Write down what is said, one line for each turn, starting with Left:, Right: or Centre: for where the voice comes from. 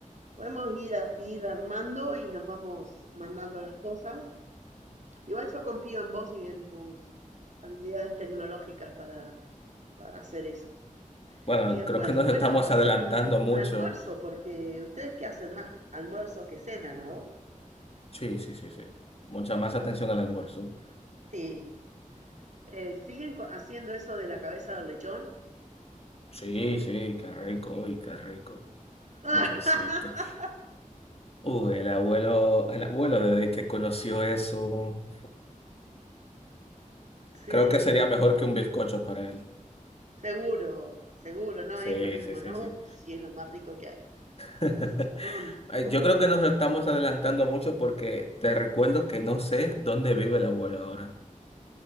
Right: Podemos ir, a- ir armando y nos vamos mandando las cosas. Igual yo confío en vos y en tus habilidades tecnológicas para, para hacer eso.
Left: Bueno,
Right: Y después,
Left: creo que nos
Right: bueno,
Left: estamos
Right: hacer
Left: adelantando
Right: un, un
Left: mucho.
Right: almuerzo, porque ustedes qué hacen más, almuerzo que cena, ¿no?
Left: Sí, sí, sí, sí. Mucha más atención al almuerzo.
Right: Sí. Eh, ¿siguen haciendo eso de la cabeza del lechón?
Left: Sí, sí, qué rico, uy, qué rico.
Right: <laughs>
Left: Lechoncito. Uy, el abuelo, el abuelo desde que conoció eso,
Right: Sí,
Left: creo que sería mejor que un bizcocho para él.
Right: seguro, seguro, no
Left: Sí,
Right: es lo mismo,
Left: sí, sí,
Right: ¿no? <laughs>
Left: sí.
Right: Sí, es lo más rico que hay.
Left: <laughs>
Right: El chicharrón.
Left: Eh,
Right: Uh.
Left: Yo creo que nos estamos adelantando mucho porque te recuerdo que no sé dónde vive el abuelo ahora.